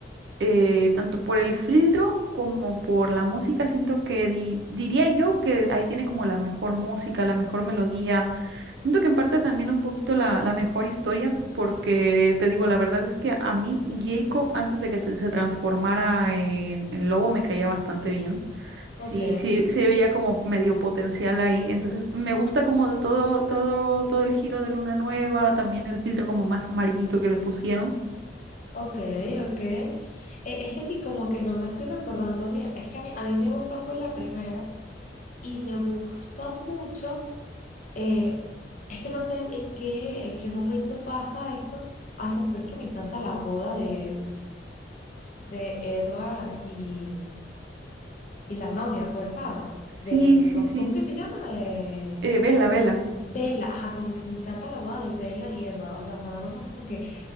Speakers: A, on the right; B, on the left.
A: eh, tanto por el filtro como por la música, siento que di- diría yo que ahí tiene como la mejor música, la mejor melodía. Siento que en parte también un poquito la, la mejor historia, porque te digo, la verdad es que a mí Jacob, antes de que te- se transformara en, en lobo, me caía bastante bien. Sí,
B: Ok,
A: sí, se veía como medio potencial ahí. Entonces, me gusta como de todo, todo, todo el giro de Luna Nueva, también el filtro como más amarillito que le pusieron.
B: ok, ok. Eh, es que aquí como que no me estoy recordando bien, es que a mí, a mí me gusta fue la primera, y me gusta mucho. Eh, es que no sé en qué, en qué momento pasa esto. Ah, ¿sabes por qué me encanta la boda de, de Edward y, y la novia, pues, ¿sabes?
A: Sí,
B: De,
A: sí,
B: ¿cómo
A: sí.
B: cómo que se llama? De
A: Eh, vela, vela.
B: Bella. Ajá, como que me encanta la boda de Bella y Edward. O sea, fue una cosa como que